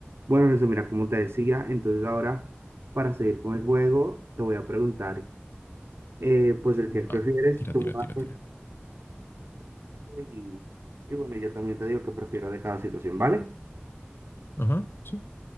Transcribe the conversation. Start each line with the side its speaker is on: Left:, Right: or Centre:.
Right: Bueno, Jesús, mira, como te decía, entonces ahora para seguir con el juego, te voy a preguntar, eh, pues el que prefieres,
Left: Ah, tira,
Right: tú
Left: tira,
Right: me vas
Left: tira, tira.
Right: respondiendo y, y bueno, yo también te digo que prefiero de cada situación, ¿vale?
Left: Ajá, sí.